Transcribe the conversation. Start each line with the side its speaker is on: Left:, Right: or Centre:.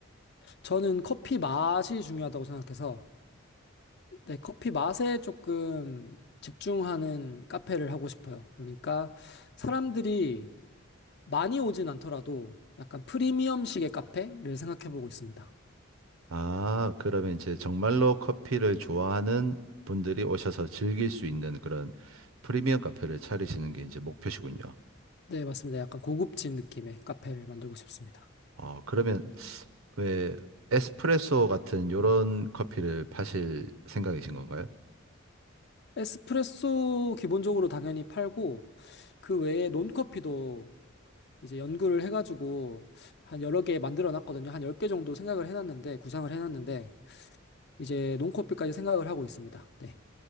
Left: 저는 커피 맛이 중요하다고 생각해서, 네, 커피 맛에 조금 집중하는 카페를 하고 싶어요. 그러니까 사람들이 많이 오진 않더라도 약간 프리미엄식의 카페를 생각해 보고 있습니다.
Right: 아, 그러면 이제 정말로 커피를 좋아하는 분들이 오셔서 즐길 수 있는 그런 프리미엄 카페를 차리시는 게 이제 목표시군요.
Left: 네, 맞습니다. 약간 고급진 느낌의 카페를 만들고 싶습니다.
Right: 어, 그러면 왜 에스프레소 같은 요런 커피를 파실 생각이신 건가요?
Left: 에스프레소 기본적으로 당연히 팔고, 그 외에 논커피도 이제 연구를 해가지고 한 여러 개 만들어 놨거든요. 한 10개 정도 생각을 해놨는데, 구상을 해놨는데, 이제 논커피까지 생각을 하고 있습니다. 네.